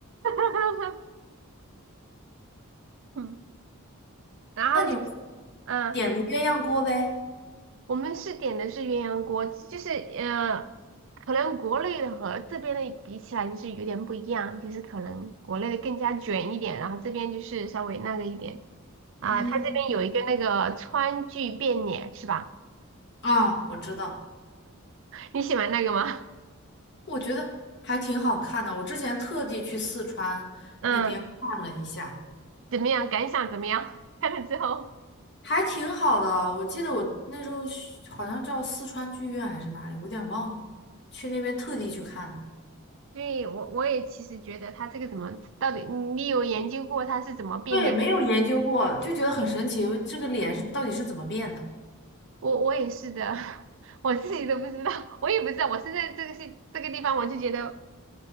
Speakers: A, on the right (about 60°); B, on the left (about 50°).
A: <laughs> 嗯，然后就
B: 那你们
A: 嗯，
B: 点的鸳鸯锅呗？
A: 我们是点的是鸳鸯锅，就是呃，可能国内的和这边的比起来就是有点不一样，就是可能国内的更加卷一点，然后这边就是稍微那个一点啊，
B: 嗯，
A: 它这边有一个那个川剧变脸是吧？
B: 啊，我知道，
A: 你喜欢那个吗？
B: 我觉得还挺好看的。我之前特地去四川那边看了一下，
A: <laughs> 嗯。怎么样？感想怎么样？<laughs> 看了之后
B: 还挺好的。我记得我那时候去好像叫四川剧院还是哪里，我有点忘了，去那边特地去看的。
A: <laughs>，对，我我也其实觉得他这个怎么到底，你有研究过他是怎么变脸？
B: 对，没有研究过，就觉得很神奇，这个脸是到底是怎么变的？
A: 我我也是的，<laughs> 我自己都不知道，我也不知道。我是在这个是这个地方，我就觉得